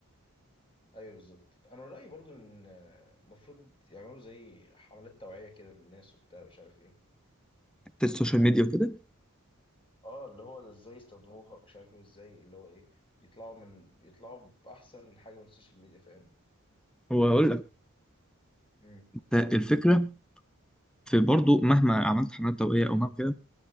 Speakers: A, on the left; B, in the centre.
A: ايوه بالظبط انا رايي برضو ان المفروض يعملوا زي حملات توعيه كده للناس وبتاع مش عارف ايه
B: بتاعت السوشيال ميديا وكده
A: اه اللي هو ازاي يستخدموها مش عارف ايه وازاي اللي هو ايه بيطلعوا من بيطلعوا باحسن حاجه من السوشيال ميديا فاهم
B: وهقول لك
A: امم
B: انت الفكره في برضو مهما عملت حملات توعيه او مهما كده